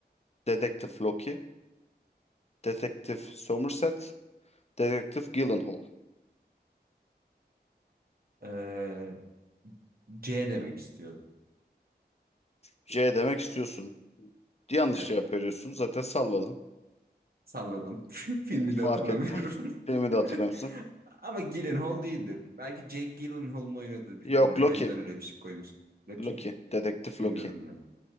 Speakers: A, on the left (about 40°); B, on the right (about 60°).
A: Dedektif Loki, Dedektif Somerset, Dedektif Gyllenhaal.
B: Ee, C demek istiyorum.
A: C demek istiyorsun. Yanlış
B: Ee,
A: cevap veriyorsun. Zaten salladın.
B: Salladım. <laughs> Filmi
A: Fark
B: de hatırlamıyorum.
A: ettim. Filmi de hatırlıyor
B: <laughs>
A: musun?
B: Ama Gyllenhaal değildir. Belki Jake Gyllenhaal'ın oynadığı bir
A: Yok
B: filmdir.
A: Loki.
B: O yüzden öyle bir şey koymuşum. Bakayım.
A: Loki. Dedektif
B: Hiç bilmiyordum
A: Loki.
B: ben.